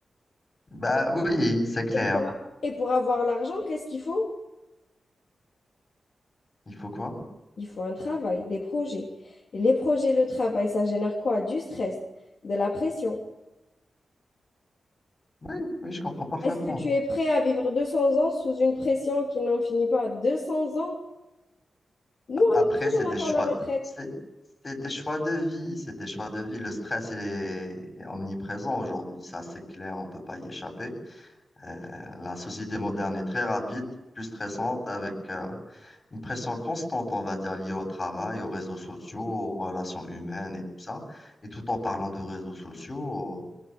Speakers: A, on the left (about 40°); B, on the left (about 70°).
A: Bah oui, c'est clair.
B: Et pour, a- et pour avoir l'argent, qu'est-ce qu'il faut?
A: Il faut quoi?
B: Il faut un travail, des projets. Et les projets, le travail, ça génère quoi? Du stress, de la pression.
A: Oui, oui, je comprends parfaitement.
B: Est-ce que tu es prêt à vivre 200 ans sous une pression qui n'en finit pas? 200 ans? Nous,
A: A- Après,
B: à notre âge,
A: c'est
B: on
A: des
B: attend
A: choix,
B: la retraite.
A: c'est, c'est des choix de vie, c'est des choix de vie. Le stress il est, est omniprésent aujourd'hui, ça c'est clair, on peut pas y échapper. Euh, la société moderne est très rapide, plus stressante, avec euh, une pression constante, on va dire, liée au travail, aux réseaux sociaux, aux relations humaines et tout ça. Et tout en parlant de réseaux sociaux,